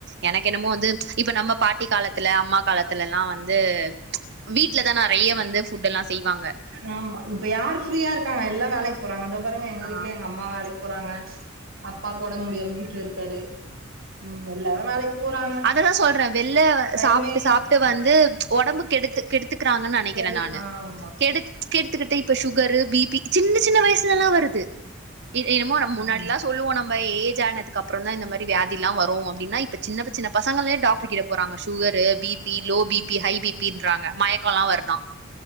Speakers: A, on the right (about 60°); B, on the right (about 80°).
A: எனக்கு என்னமோ வந்து இப்ப நம்ம பாட்டி காலத்துல அம்மா காலத்துல எல்லாம் வந்து வீட்லதா நெறைய வந்து ஃபுட் எல்லாம் செய்வாங்க
B: ஆமா இப்ப யார் ஃப்ரீயா இருக்காங்க எல்லாம் வேலைக்கு போறாங்க இதோ பாருங்க எங்க
A: ஆ
B: வீட்ல எங்க அம்மா வேலைக்கு போறாங்க அப்பா ஒடம்பு முடியாம வீட்ல இருக்காரு
A: உம்
B: எல்லாரு வேலைக்கு போறாங்க
A: அததா சொல்றேன் வெள்ள
B: டைமே
A: சாப்ட்டு
B: இல்ல
A: சாப்ட்டு வந்து ஒடம்பு கெடுத்து கெடுத்துக்கிறாங்கனு நெனைக்கிறே
B: கெடுது
A: நான்
B: ஆமா
A: கெடுத்து கெடுத்துக்கிட்டு இப்ப சுகரு பிபி சின்ன சின்ன வயசுல எல்லா வருது என்னமோ நம்ம முன்னாடி
B: ஆமா
A: எல்லா சொல்லுவோம் நம்ம ஏஜ் ஆனது அப்றோம் தா இந்த மாரி வியாதியெல்லாம் வரும் அப்டின்னு இப்ப சின்ன சின்ன பசங்கலே டாக்டர் கிட்ட போறாங்க sugar பிப் B low BP high பிபன்றாங்க மயக்கோலா வருதா